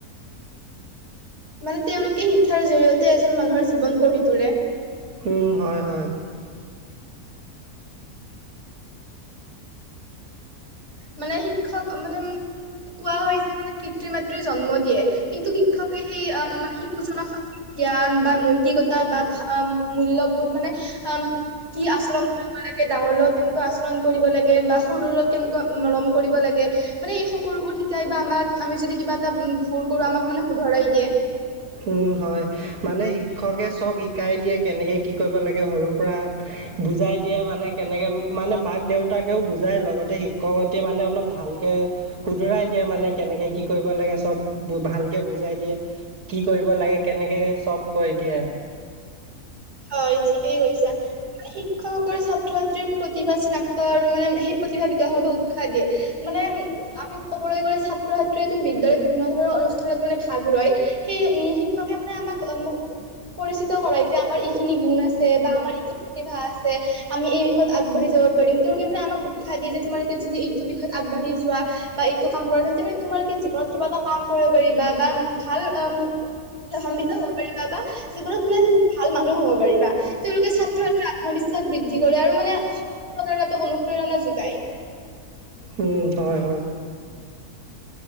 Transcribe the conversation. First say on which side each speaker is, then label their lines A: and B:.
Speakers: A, on the right; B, on the right.
A: মানে তেওঁলোকে শিক্ষাৰ জৰি়য়তে এজন মানুহৰ জীৱন গঢ়ি তোৰে
B: উম হয় হয়
A: মানে শিক্ষক মানে কোৱা হয় যে মানে পিতৃ মাতৃয়ে জন্ম দিয়ে কিন্তু শিক্ষকে সেই মানে শিশুজনক সঠিক জ্ঞান বা নৈতিকতা বা মূল্যবোধ মানে কি আচৰণ কৰিব লাগে ডাঙৰ লগত কেনেকুৱা আচৰণ কৰিব লাগে বা সৰু লগত কেনেকুৱা মৰম কৰিব লাগে মানে এই সকলোবোৰ শিকাই বা আমাক আমি যদি কিবা এটা ভুল কৰো আমাক মানে শুধৰাই ৰাই দিয়ে
B: উম হয় মানে শিক্ষকে চব শিকাই দিয়ে কেনেকে কি কৰিব লাগে সৰুৰ পৰা বুজাই দিয়ে মানে কেনেকে মানে মাক দেউতাকেও বুজাই লগতে শিক্ষকতীয়ে মানে অলপ ভাল কে শুধৰাই দিয়ে মানে কেনেকৈ কি কৰিব লাগে চব ভালকৈ বুজাই দিয়ে কি কৰিব লাগে কেনেকৈ চব কয় এতিয়া
A: হয় ঠিকেই কৈছা শিক্ষকক ছাত্ৰ ছাত্ৰীৰ প্ৰতিভা চিনাক্ত আৰু মানে সেই প্ৰতিভা বিকাশৰ বাবে উৎসাহ দিয়ে মানে আমি ক'বলৈ গ'লে ছাত্ৰ নতুন বিদ্যালয়ত বিভিন্ন ধৰণৰ অনুষ্ঠানত মানে ভাগ লয়। সেই উম শিক্ষকে মানে আমাক পৰিচিত কৰাইছে আমাৰ এইখিনি গুণ আছে বা আমাৰ ইটো প্ৰতিভা আছে আমি এই বিষয়ত আগবাঢ়ি যাব পাৰিম। তেওঁলোকে মানে আমাক উৎসাহ দিয়ে যে তোমালোকে যদি এইটো বিষয়ত আগবাঢ়ি যোৱা বা এইটো কাম কৰা। তেন্তে মানে তোমালোকে জীৱনত কিবা এটা কাম কৰিব পাৰিব বা ভাল উম লাভাম্বিত হ'ব পাৰিবা বা যিকোনো তুমি এজন ভাল মানুহ হ'ব পাৰিবা। তেওঁলোকে ছাত্ৰ ছাত্ৰীৰ আত্মবিশ্বাস বৃদ্ধি কৰে আৰু মানে <unintelligible> অনুপ্ৰেৰণা যোগায়।
B: উম, হয় হয়।